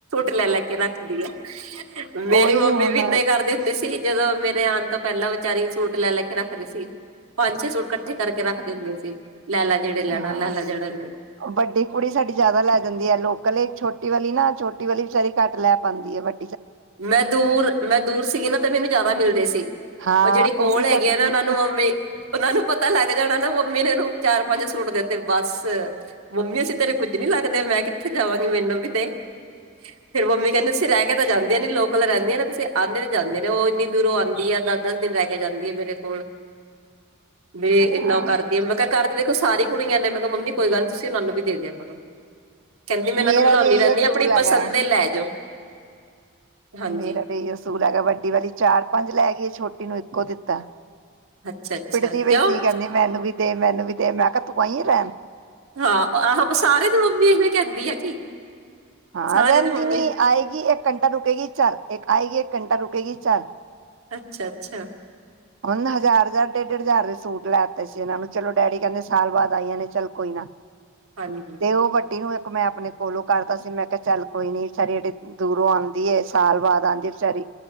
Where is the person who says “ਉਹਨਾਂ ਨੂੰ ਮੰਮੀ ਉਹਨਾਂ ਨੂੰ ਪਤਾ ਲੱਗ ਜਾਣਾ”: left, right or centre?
Right